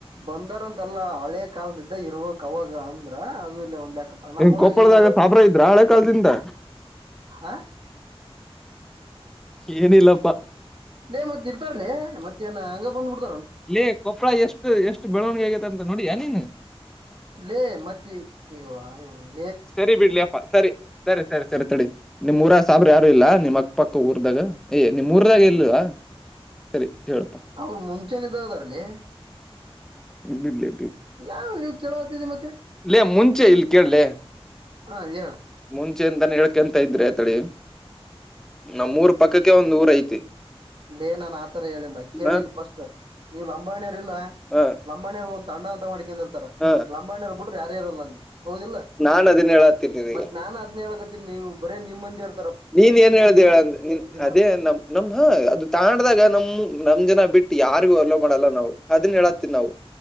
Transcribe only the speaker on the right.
ಬಂದಾರಂತೆಲ್ಲಾ ಹಳೆ ಕಾಲದೀದ್ದ ಇರ್ಬೇಕ್ ಅವಾಗ ಅಂದ್ರ ಅದು ಒಂದ್ ಲೆಕ್ಕಪ್ಪ ನಮ್ಮೂ
ಊರಾಗಿ
ನೋಡು
ಆ <inaudible>
ಲೆ ಮತ್ತ್ ಇರ್ತಾರ್ಲಿ ಮತ್ತೇನ್ ಹಂಗ ಬಂದ್ಬಿಡ್
ಲ್ಲೇ ಮತ್ತೆ ಇವ ಇ
ಅವರು ಮುಂಚೇನೆ ಇದಾದರ್ಲೇ
ಯಾವ ನೀವು ಕೇಳವತ್ತಿದಿ ಮತ್ತೆ
ಹ ಹೇಳ
ಇಲ್ಲೇ ನಾನನ್ ಆತರ ಹೇಳಿಲ್ಲ ಕೇಳಿಲ್ಲ
ಫಸ್ಟ್ ನೀವ್ ಲಂಬಣಿಯರ್ ಇಲ್ಲ
ಲಂಬಾಣಿಯವರು ಒಂದ್ ತಾಂಡ ಅಂತ ಮಾಡ್ಕೆಂಡ್ ಇರ್ತಾರ
ಲಂಬಾಣಿಯವರು ಬಿಟ್ರೆ ಯಾರೇ ಇರಲ್ಲ ಅಲ್ಲಿ ಹೌದಿಲ್ಲ
ಮತ್ತ್ ನಾನ್ ಅದ್ನ ಹಳ್ಕತೀನಿ ನೀವು ಬರೇ ನಿಮ್ಮಂದಿ ಇರ್ತ
ನಾನು